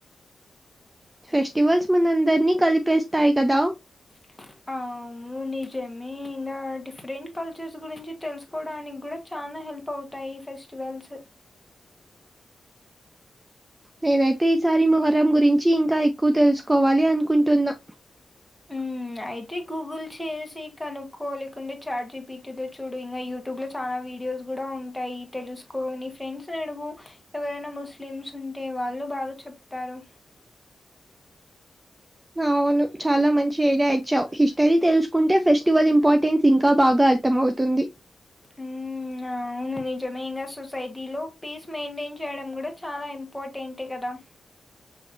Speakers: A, on the right (about 20°); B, in the centre.
A: ఫెస్టివల్స్ మన అందరినీ కలిపేస్తాయి కదా
B: ఇ అవును నిజమే ఇంగా డిఫరెంట్ కల్చర్స్ గురించి తెలుసుకోవడానికి కూడా చానా హె ల్ప్ అవుతాయి ఫెస్టివల్స్
A: నేనైతే ఈసారి మొహరం గురించి ఇంకా ఎక్కువ తెలుసుకోవాలి అనుకుంటున్నా
B: హ్మ్ అయితే గూగుల్ చేసి కనుక్కో లేకుంటే చాట్ జిపిటిలో చూడు ఇంకా యూ ట్యూబ్లో చానా వీడియోస్ కూడా ఉంటాయి తెలుసుకో నీ ఫ్రెండ్స్‌ని అడుగు ఎవరైనా ముస్లిమ్స్ ఉంటే వాళ్ళు బాగా చెప్తారు
A: అవును చాలా మంచి ఐడియా ఇచ్చావు హిస్టరీ తెలుసుకుంటే ఫే స్టివల్ ఇంపార్టెన్స్ ఇంకా బాగా అర్థం అవుతుంది
B: ఉమ్మ్ అవును నిజమే ఇంగ సొసైటీలో పీస్ మెయింటెన్ చేయడం కూడా చాలా ఇంపార్టెంటే కదా